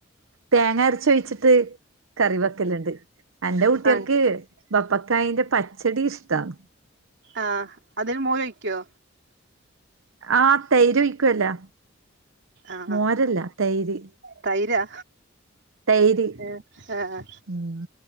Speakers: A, on the right; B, on the right.
A: തേങ്ങ അരച്ചൊഴിച്ചിട്ട് കറി വെക്കലുണ്ട് അന്റെ കുട്ടികൾക്ക്
B: ആഹ്
A: ബപ്പക്കായിൻ്റെ പച്ചടി ഇഷ്ടാണ്
B: ആഹ് അതിന് മോര് ഒയിക്കോ
A: ആഹ് തൈര് ഒഴിക്കുവല്ലാ
B: ആഹ്
A: മോരല്ല തൈര്
B: തൈരാ
A: തൈര്
B: ഏ ആഹ്
A: ഉം